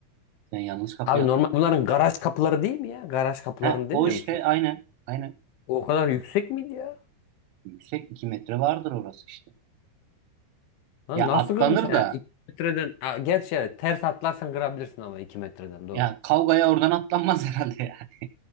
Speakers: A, on the right; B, on the left.
A: Sen yanlış kapıyı
B: Abi
A: hatırlıyorsun.
B: normal bunların garaj kapıları değil mi ya? Garaj kapılarını
A: He,
B: demiyor
A: o işte
B: musun?
A: aynen aynen
B: O kadar yüksek miydi ya?
A: yüksek 2 metre vardır orası işte.
B: Lan
A: Ya
B: nasıl
A: atlanır
B: kırmış yani
A: da
B: 2 metreden Ha, gerçi evet ters atlarsan kırabilirsin ama 2 metreden doğru.
A: ya kavgaya oradan atlanmaz herhalde ya. <laughs>